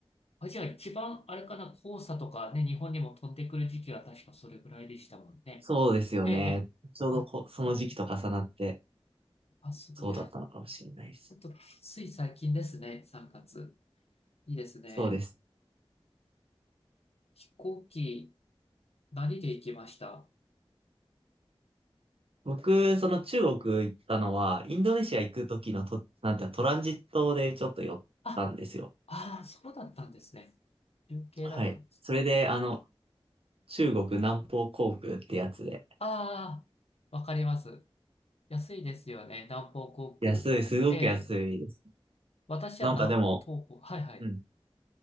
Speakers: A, on the left (about 80°); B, on the right (about 65°).
A: あ、じゃあ一番、あれかな、黄砂とかね、日本にも飛んでくる時期は確かそれぐらいでしたもんね。
B: そうですよね。
A: ええ、ええ。
B: ちょうどこ、
A: あ、
B: その時期と重なって、
A: うんあ、すごい。
B: そうだったのかもしれないです。
A: ほっと、つい最近ですね、3月。いいですね。
B: そうです。
A: 飛行機、何で行きました
B: 僕、その中国行ったのは、インドネシア行く時のと、なんていうのトランジットでちょっと寄ったんですよ。
A: あ、ああ、そうだったんですね。中継だったんですね。
B: はい。それで、あの、中国南方航空ってやつで。
A: ああ、わかります。安いですよね。南方航空。
B: 安い、すごく安いです。
A: ええ。私は南東方。
B: なんかでも、
A: はいはい。
B: うん。